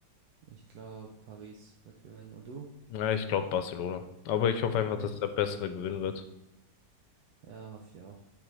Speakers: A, on the right (about 65°); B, on the left (about 80°).
A: ich glaube, Paris wird gewinnen. Und du?
B: Ja, ich glaube Barcelona. Aber ich hoffe einfach,
A: Echt?
B: dass der Bessere gewinnen wird.
A: Ja, hoffe ich auch.